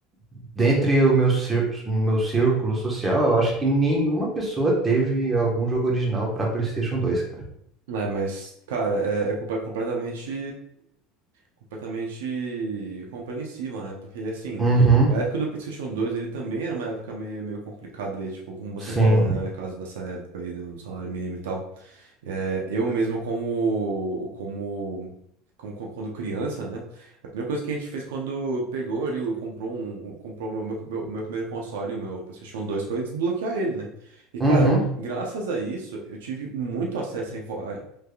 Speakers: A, on the right; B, on the right.
A: dentre o meu, cir- meu círculo social, eu acho que nenhuma pessoa teve algum jogo original para PlayStation dois cara.
B: É, mas, cara, é, é compa- completamente, completamente compreensível, né? Porque, assim,
A: Uhum,
B: a época do PlayStation 2 ele também era uma época meio, meio complicada, aí, tipo, como você
A: sim.
B: falou, né? No caso dessa época aí do salário mínimo e tal. É, eu mesmo como, como, como- como- quando criança, né? A primeira coisa que a gente fez quando pegou ali, o- comprou um, um- comprou meu, meu, meu- meu primeiro console, o meu PlayStation 2 foi desbloquear ele, né? E cara,
A: Uhum,
B: graças a isso, eu tive muito acesso à, info- à,